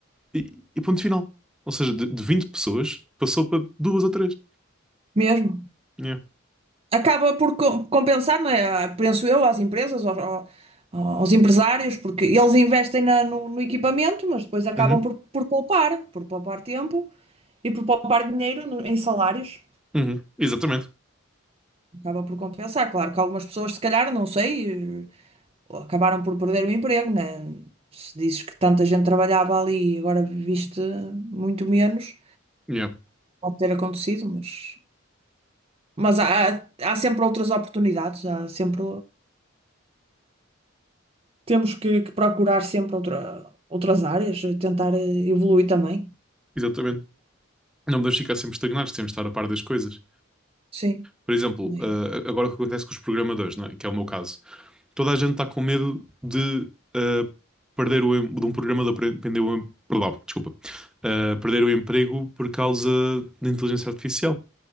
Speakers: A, in the centre; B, on the right.
A: e, e ponto final. Ou seja, de, de 20 pessoas passou para duas ou três.
B: Mesmo.
A: Yeah.
B: acaba por co- compensar, não é? Ah, Penso eu, às empresas, aos, ao- aos empresários, porque eles investem na- no, no equipamento, mas depois acabam
A: Uhum,
B: por, por poupar, por poupar tempo e por poupar dinheiro no- em salários.
A: uhum. Exatamente.
B: Acaba por compensar. Claro que algumas pessoas, se calhar, não sei, eh, acabaram por perder o emprego, né? Se dizes que tanta gente trabalhava ali e agora viste muito menos,
A: Yeah,
B: pode ter acontecido, mas, mas há, há há sempre outras oportunidades, há sempre. Temos que, que procurar sempre outra, outras áreas, eh, tentar eh, evoluir também.
A: exatamente. Não podemos ficar sempre estagnados, temos de estar a par das coisas.
B: Sim,
A: Por exemplo,
B: é
A: eh,
B: isso.
A: agora o que acontece com os programadores, não é? Que é o meu caso. Toda a gente está com medo de eh, perder o, em- de um programador pre- perder o, em- perdão, desculpa, Eh, perder o emprego por causa da inteligência artificial.